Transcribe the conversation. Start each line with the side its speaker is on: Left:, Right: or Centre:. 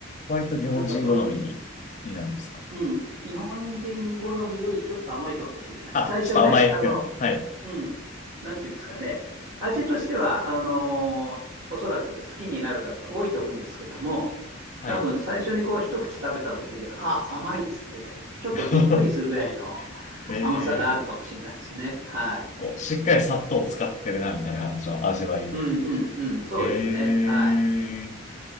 Left: 割と日本人好みになるんですか。
Right: なんかそうい、うん。日本人好みよりちょっと甘いかもしれない。
Left: あ、
Right: 最初ね、
Left: ちょっと甘いぐらい。
Right: あの、
Left: はい。
Right: うん。なんていうんですかね。味としては、あの、おそらく好きになる方多いと思うんですけども、
Left: はい。
Right: 多分最初にこう一口食べた時に、あ、甘いっつって、ちょっとびっくりするぐらいの
Left: <laughs> えー、
Right: 甘さがあるかもしれないですね。はい。
Left: こう、しっかり砂糖を使ってるな、みたいな感じの味わい。
Right: うんうんうん、そうですね。
Left: えー、
Right: はい。